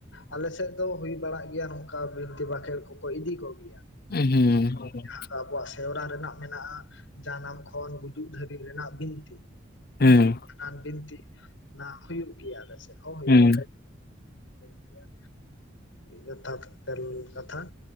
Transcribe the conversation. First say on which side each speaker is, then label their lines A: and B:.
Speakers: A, on the left; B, on the left.
A: ᱟᱞᱮ ᱥᱮᱫ ᱫᱚ ᱦᱩᱭ ᱵᱟᱲᱟᱜ ᱜᱮᱭᱟ ᱱᱚᱝᱠᱟ ᱵᱤᱱᱛᱤ ᱵᱟᱸᱠᱷᱮᱬ ᱠᱚᱠᱚ ᱤᱫᱤ ᱠᱚᱜᱮᱭᱟ
B: ᱦᱩᱸ
A: ᱟᱫᱚ ᱟᱵᱚᱣᱟᱜ ᱥᱮᱨᱣᱟ ᱨᱮᱱᱟᱜ ᱢᱮᱱᱟᱜᱼᱟ ᱡᱟᱱᱟᱢ ᱠᱷᱚᱱ ᱜᱩᱡᱩᱜ ᱫᱷᱹᱵᱤᱡ ᱨᱮᱱᱟᱜ ᱵᱤᱱᱛᱤ ᱦᱮᱸ
B: ᱦᱩᱸ
A: ᱟᱨ ᱵᱤᱱᱛᱤ ᱚᱱᱟ ᱦᱩᱭᱩᱜ ᱜᱮᱭᱟ ᱟᱞᱮᱥᱮᱫ ᱦᱚᱸ ᱦᱩᱭᱩᱜ
B: ᱦᱩᱸ
A: ᱜᱮᱭᱟ ᱦᱩᱭᱩᱜ ᱜᱮᱭᱟ ᱡᱚᱛᱷᱟᱛ ᱠᱟᱛᱷᱟ